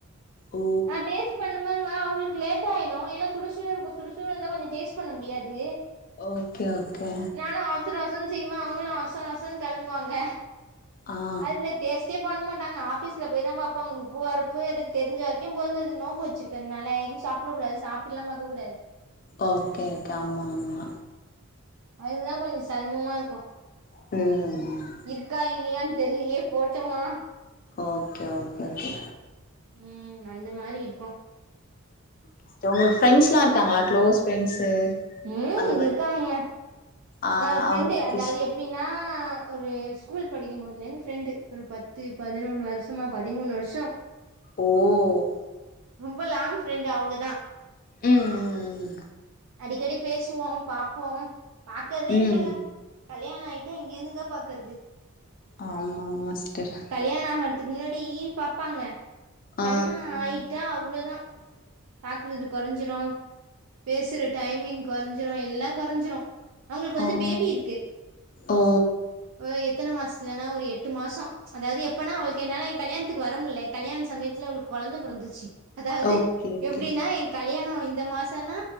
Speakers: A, on the left; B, on the right.
A: ஓ
B: ஆ டேஸ்ட் பண்ணபாங்கலா அவுங்களுக்கு க்கு லேட் ஆயிடு ஏன்னா சுட சுட இருக்கு சுட சுட இருந்தா கொஞ்சோ டேஸ்ட் பண்ண முடியாது
A: ஓகே ஓகே
B: நானு அவசர அவசரன்னு செய்வே அவுங்களு அவசர அவசரன்னு கெளம்புவாங்க
A: ஆ
B: அதுல டேஸ்ட் ஸ்டே பண்ண மாட்டாங்க ஆபிஸ் ல போய் தா பாப்பாங்க அங்க உப்பு ஒரப்பு எது தெரிஞ்ச வரைக்கும் போது நோம்பு வச்சுருக்கேற்னால எதுவு சாப்புடக்கூடாது சாப் இப்டிலா பாக்கக் கூடாது
A: ஓகே ஓகே ஆமா ஆமா
B: அதுதா கொஞ்ச செரமம்மா இருக்கு
A: ம் ம் ம்
B: இருக்கா இல்லையான் தெரியலையே போட்டோமா
A: ஓகே ஓகே ஓகே
B: ம் அந்த மாரி இருக்கு
A: சிஸ்டர் உங்களுக்கு ஃப்ரெண்ட்ஸ்லா இருக்காங்களா க்ளோஸ் ஃப்ரெண்ட்ஸு
B: உம்
A: அந்த மாரி
B: இருக்காங்க
A: ஆ
B: நா ஒரு ஃப்ரெண்டு
A: அவங்கள பத்தி
B: அதாவ்து எப் பின்னா ஒரு ஸ்கூல் படிக்கும்போதுலேந்து ஃப்ரெண்டு ஒரு பத்து பதினொன் வருஸமா பதிமூணு வர்ஷோ
A: ஓ ஓ
B: ரொம்ப லாங் ஃப்ரெண்ட் அவ்ங்க தா
A: ம் ம்
B: அடிக்கடி பேசுவோ பாப்போ பாக்கதே
A: ம்
B: இல்லங்க
A: ம்
B: கல்யாண ஆய்ட்டா இங்கிந்துங்க பாக்கற்து
A: ஆமா ஆமா சிஸ்டர்
B: கல்யாண அடுத் த்துக் முன்னாடி பாப்பாங்க
A: ஆ
B: கல்யாண ஆயிட்டா அவ்ளோதா பாக்றுதுப் கொறைஞ்சிரு பேசுற டைமிங் கொறைஞ்சிரு எல்லா கொறைஞ்சிரு அவங்ளுக் வந்து
A: ஆ
B: பேபி இருக்கு
A: ஓ
B: வொய் எத்தன மாசத்துலன்னா ஒரு எட்டு மாசோ அதாவ்து எப்பனா அவளீக்கு என்னால என் கல்யாண்த்துக்கு வர முல்ல கல்யாண் சமயத்துல அவளுக்கு கொழந்த பொறந்துச்சி அதாவ்து
A: ஓகே ஓகே
B: எப்படின்னா என் கல்யாணம் இந்த மாசனா